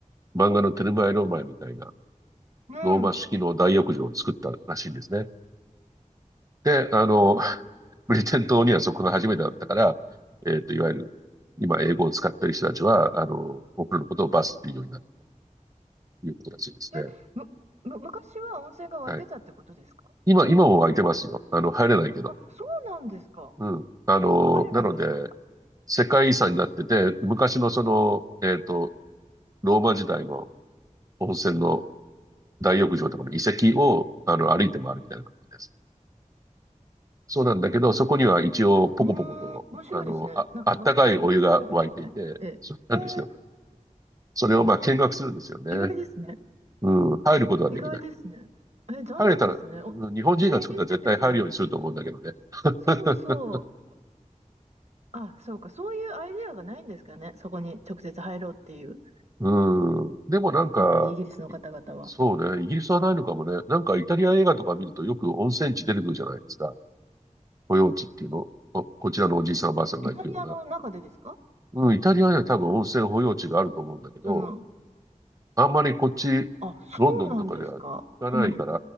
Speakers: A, on the right; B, on the right.
A: 漫画のテルマエ・ローマエみたいな
B: うん。
A: ローマ式の大浴場を作ったらしいんですね。で、あの、
B: うん
A: ブリテン島にはそこが初めてだったから、えっと、いわゆる、今英語を使ってる人たちは、あの、僕らのことをバスっていうようになったということらしいですね。
B: え、む、む、昔は温泉が湧いてたってことですか
A: はい。今、今も空いてますよ。あの、入れないけど。
B: あ、そうなんですか。
A: うん。あの、
B: あ、入れないんですか。
A: なので、世界遺産になってて、昔のその、えっと、ローマ時代の温泉の大浴場とかの遺跡を、あの、歩いて回るみたいな感じです。そうなんだけど、そこには一応、ポコポコと、
B: うーん、面白いですね。
A: あの、あ、
B: なんか露天浴場みたいな。
A: あったかいお湯が沸いていて、
B: ええ、
A: そうなんですよ。
B: えー、
A: それをまあ見学するんですよね。
B: 意外ですね。
A: うん、入ることはできない。
B: 意外ですね。え残念ですね。
A: 入れたら、
B: お、
A: うん日本人が作ったら絶対入るようにすると思うんだけどね。
B: ね、いいですよね。そうそう。
A: <laughs>
B: あ、そうか。そういうアイデアがないんですかね。そこに直接入ろうっていう。
A: うん。でもなんか、
B: やっぱりイギリスの方々は。
A: いそうね、イギリスはないのかもね。なんかイタリア映画とか見るとよく温泉地出てくるじゃないですか。保養地っていうの。こ、こちらのおじいさんおばあさんが行くような。
B: イタリアの中でですか
A: うん、イタリアには多分温泉保養地があると思うんだけど、
B: その、
A: あんまりこっち、
B: あ、そうなんですか。
A: ロンドンとかでは聞かないから、
B: その、